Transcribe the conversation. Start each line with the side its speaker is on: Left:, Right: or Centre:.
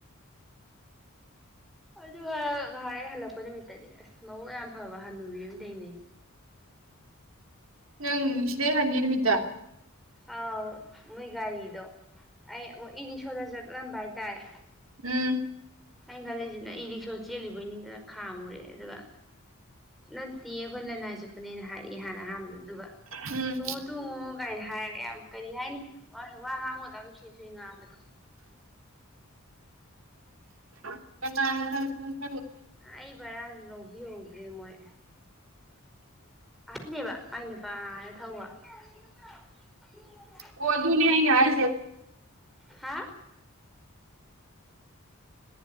Centre: ꯑꯗꯨꯒ ꯉꯍꯥꯏ ꯍꯜꯂꯛꯄ ꯅꯨꯃꯤꯠꯇꯗꯤ ꯑꯁ ꯃꯕꯨ ꯌꯥꯝ ꯐꯕ ꯍꯜꯂꯨꯕꯤ ꯗꯩꯅꯦ
Right: ꯅꯪ ꯏ ꯁꯤ ꯗꯦ ꯍꯅꯒꯤ ꯅꯨꯃꯤꯇꯥ
Centre: ꯑꯥꯎ ꯃꯣꯏ ꯒꯥꯔꯤꯗꯣ ꯑꯩ ꯏꯔꯤꯁꯣꯗ ꯆꯠꯂꯝꯕ ꯍꯥꯏꯇꯥꯔꯦ
Right: ꯎꯝ
Centre: ꯑꯩꯅ ꯈꯜꯂꯤꯁꯤꯅ ꯑꯩ ꯔꯤꯛꯁꯣ ꯆꯦꯜꯂꯤꯕꯩꯅꯤꯗꯅ ꯈꯥꯝꯃꯨꯔꯦ ꯑꯗꯨꯒ ꯅ ꯇꯤ ꯑꯩꯈꯣꯏ ꯂꯅꯥꯏ ꯆꯠꯄꯅꯦꯅ ꯍꯥꯏꯔꯛꯑꯦ ꯍꯥꯟꯅ ꯑꯍꯥꯟꯕꯗ ꯑꯗꯨꯒ
Right: ꯎꯝ
Centre: ꯇꯣꯉꯣ ꯇꯣꯉꯣ ꯥꯏꯅ ꯍꯥꯏꯔꯒ ꯌꯥꯝ ꯀꯔꯤ ꯍꯥꯏꯅꯤ ꯋꯥ ꯉꯥꯡ ꯇꯝ ꯁꯤ ꯁꯤ ꯉꯥꯡꯕꯗꯣ
Right: ꯆ <unintelligible>
Centre: ꯑꯩ ꯕꯔꯥꯁꯨ ꯂꯧꯕꯤꯍꯧꯗ꯭ꯔꯦ ꯃꯣꯏ ꯑꯍꯟꯅꯕ ꯑꯩ ꯅꯨꯄꯥꯅ ꯊꯧꯕ <unintelligible>
Right: ꯑꯣ ꯑꯗꯨ ꯅ ꯑꯅꯦ ꯍꯥꯏꯁꯦ
Centre: ꯍꯥ